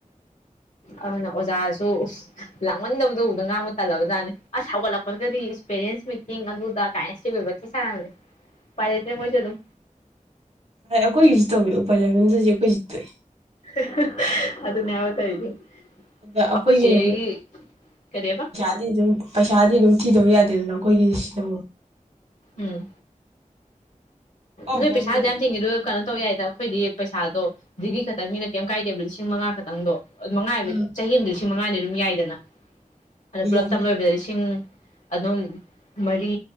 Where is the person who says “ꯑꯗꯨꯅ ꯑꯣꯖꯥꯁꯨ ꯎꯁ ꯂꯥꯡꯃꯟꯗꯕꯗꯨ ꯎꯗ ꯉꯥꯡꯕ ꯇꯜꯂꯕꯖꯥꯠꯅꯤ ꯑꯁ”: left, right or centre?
Left